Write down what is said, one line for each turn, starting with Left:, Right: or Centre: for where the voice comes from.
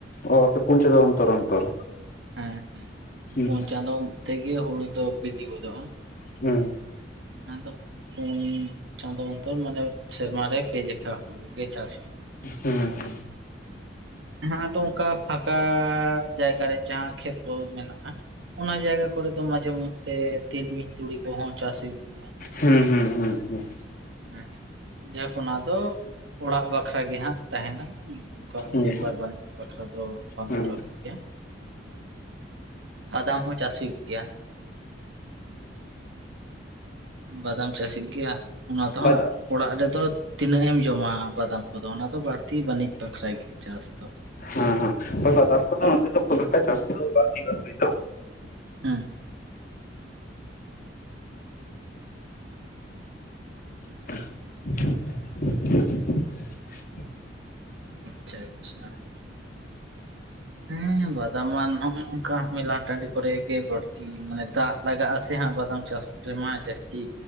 Left: ᱚ ᱟᱯᱮ ᱯᱩᱱ ᱪᱟᱫᱚᱸ ᱚᱱᱛᱚᱨ ᱚᱱᱛᱚᱨ᱾
Right: ᱦᱮᱸ ᱦᱮᱸ
Left: ᱦᱩᱸ
Right: ᱯᱩᱱ ᱪᱟᱸᱫᱳ ᱛᱮᱜᱮ ᱦᱩᱲᱩ ᱫᱚ ᱵᱤᱞᱤ ᱜᱚᱫᱚᱜᱼᱟ᱾
Left: ᱦᱩᱸ
Right: ᱟᱫᱚ ᱯᱩᱱ ᱪᱟᱸᱫᱳ ᱚᱱᱛᱚᱨ ᱢᱟᱱᱮ ᱥᱮᱨᱢᱟᱨᱮ ᱯᱮ ᱡᱮᱠᱷᱟ ᱦᱩᱲᱩᱜᱮ ᱪᱟᱹᱥᱤ ᱦᱩᱭᱩᱜᱼᱟ᱾
Left: ᱦᱩᱸ
Right: ᱟᱫᱚ ᱚᱱᱠᱟ ᱯᱷᱟᱠᱟ ᱡᱟᱭᱜᱟ ᱨᱮ ᱡᱟᱦᱟᱸ ᱠᱷᱮᱛ ᱛᱚ ᱢᱮᱱᱟᱜᱼᱟ᱾ ᱚᱱᱟ ᱡᱟᱭᱜᱟ ᱠᱚᱨᱮ ᱫᱚ ᱢᱟᱡᱷᱮ ᱢᱚᱫᱽᱛᱮ ᱛᱤᱞᱢᱤᱧ ᱛᱩᱲᱤ ᱠᱚᱦᱚᱸ ᱪᱟᱥ ᱦᱩᱭᱩᱜ ᱜᱮᱭᱟ᱾
Left: ᱦᱩᱸ ᱦᱩᱸ ᱦᱩᱸ ᱦᱩᱸ
Right: ᱦᱮᱸ ᱡᱟᱠ ᱚᱱᱟ ᱫᱚ ᱚᱲᱟᱜ ᱵᱟᱠᱷᱨᱟ ᱜᱮ ᱦᱟᱸᱜ᱾ ᱛᱟᱦᱮᱱᱟ ᱚᱱᱠᱟ
Left: ᱦᱩᱸ
Right: ᱵᱮᱯᱟᱨ ᱵᱟᱹᱱᱤᱡᱽ ᱵᱟᱠᱷᱨᱟ ᱫᱚ ᱵᱟᱝ
Left: ᱦᱩᱸ
Right: ᱠᱚ ᱨᱚᱦᱚᱭ ᱜᱮᱭᱟ᱾ ᱟᱫᱟᱢ ᱦᱚᱸ ᱪᱟᱥ ᱦᱩᱭᱩᱜ ᱜᱮᱭᱟ᱾ ᱵᱟᱫᱟᱢ ᱪᱟᱥ ᱦᱩᱭᱩᱜ ᱜᱮᱭᱟ᱾ ᱚᱱᱟ ᱛᱮᱦᱚᱸ
Left: ᱵᱟᱫᱟᱢ
Right: ᱚᱲᱟᱜ ᱨᱮᱫᱚ ᱛᱤᱱᱟᱹᱜ ᱮᱢ ᱡᱚᱢᱟ ᱵᱟᱫᱟᱢ ᱠᱚᱫᱚ, ᱚᱱᱟ ᱫᱚ ᱵᱟᱹᱲᱛᱤ ᱵᱟᱹᱱᱤᱡ ᱵᱟᱠᱷᱨᱟ ᱜᱮ ᱪᱟᱥ ᱫᱚ᱾
Left: ᱦᱮᱸ ᱦᱮᱸ ᱵᱟᱫᱟᱢ ᱠᱚᱫᱚ ᱱᱚᱛᱮ ᱫᱚ ᱠᱚᱱᱳᱴᱟ ᱪᱟᱥ ᱫᱚ ᱵᱟᱝ ᱦᱩᱭᱩᱜᱼᱟ ᱦᱩᱭ ᱫᱚ᱾
Right: ᱦᱮᱸ
Left: <inaudible>
Right: ᱟᱪᱪᱷᱟ ᱟᱪᱪᱷᱟ ᱦᱮᱸ ᱵᱟᱫᱟᱢᱟ ᱱᱚᱝᱠᱟ ᱢᱮᱞᱟ ᱴᱟᱺᱰᱤ ᱠᱚᱨᱮ ᱜᱮ ᱵᱟᱹᱲᱛᱤ ᱢᱟᱱᱮ ᱫᱟᱜ ᱞᱟᱜᱟᱜ ᱟᱥᱮ ᱦᱟᱸᱜ ᱵᱟᱫᱟᱢ ᱪᱟᱥ ᱨᱮᱢᱟ ᱡᱟᱹᱥᱛᱤ᱾